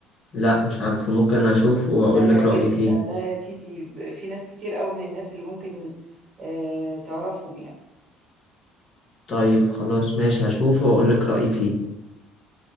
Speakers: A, on the left; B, on the right.
A: لا مش عارفه ممكن اشوفه واقول
B: ده يعجبك
A: لك رأيي فيه
B: ده ده يا سيدي ب- في ناس كتير قوي من الناس اللي ممكن آه تعرفهم يعني
A: طيب خلاص ماشي هشوفه واقول لك رأيي فيه